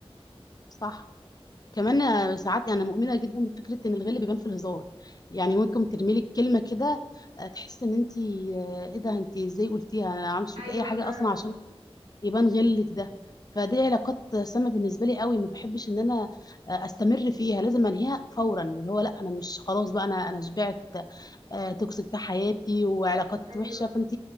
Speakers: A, on the left; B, on the right.
A: صح كمان
B: يعني.
A: آه، ساعات انا مؤمنه جدا بفكره ان الغل بيبان في الهزار يعني ممكن ترمي لك كلمه كده آه، تحس ان انت ايه ده انت ازاي قلتيها انا ما عملتش فيك
B: ايوه
A: اي حاجه
B: فعلا
A: اصلا عشان يبان غلك ده فدي علاقات سامه بالنسبه لي قوي ما بحبش ان انا آه، استمر فيها لازم انهيها فورا اللي هو لا انا مش خلاص بقى انا انا شبعت آه، توكسيك في حياتي وعلاقات
B: ايوه
A: وحشه فانت